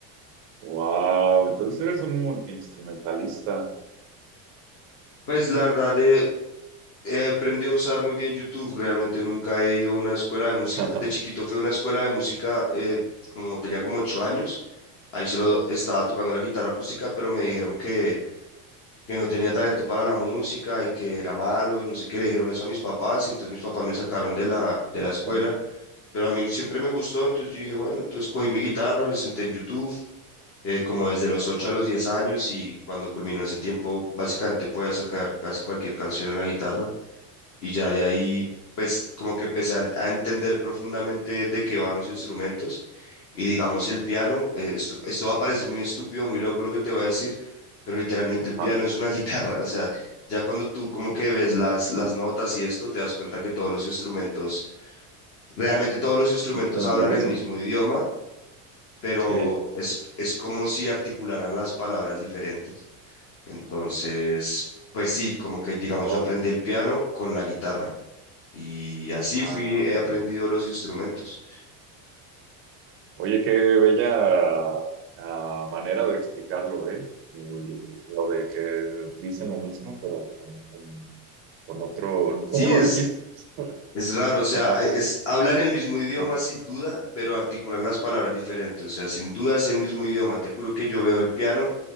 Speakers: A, on the right (about 30°); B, on the left (about 30°).
A: Wow, entonces eres un multiinstrumentalista.
B: Pues la verdad, de, He aprendido a usar muy bien YouTube, realmente nunca he ido a una escuela de música.
A: <laughs>
B: De chiquito fui a una escuela de música eh, como tenía como ocho años, ahí solo estaba tocando la guitarra acústica, pero me dijeron que, que no tenía talento para la música y que era malo y no sé qué, le dijeron eso a mis papás, y entonces mis papás me sacaron de la,
A: Uy,
B: de
A: Qué bastante.
B: la escuela, pero a mí siempre me gustó, entonces yo dije, bueno, entonces cogí mi guitarra, me senté en YouTube. eh, como desde los ocho
A: Ah,
B: a los diez años y cuando culminó ese tiempo, básicamente podía sacar casi cualquier canción en la guitarra y ya de ahí, pues como que empecé a, en- a entender profundamente de qué van los instrumentos y digamos el piano, eh, esto, esto va a parecer muy estúpido, muy loco lo que te voy a decir, pero literalmente el piano
A: ajá,
B: es una <laughs> guitarra, o sea, ya cuando tú como
A: ajá.
B: que ves las, las notas y esto, te das cuenta que todos los instrumentos, realmente todos los instrumentos
A: Bastante
B: hablan
A: Lo mismo.
B: el mismo idioma. pero
A: Sí.
B: es, es como si articularan las palabras diferentes. Entonces, pues sí, como que digamos
A: Wow.
B: yo aprendí el piano con la guitarra. Y así
A: Ah,
B: fui, he
A: ok.
B: aprendido los instrumentos.
A: Oye, qué bella ah, manera de explicarlo, ¿eh? El- lo de que dicen lo mismo, pero como con, con otro...
B: Sí,
A: ¿Cómo lo
B: es,
A: dijiste? <laughs>
B: es raro, o sea,
A: Ajá,
B: hay- es, hablan el mismo idioma
A: ajá,
B: sin duda, pero articulan las palabras
A: ajá.
B: diferentes. O sea, sin duda es el mismo idioma. Te juro que yo veo el piano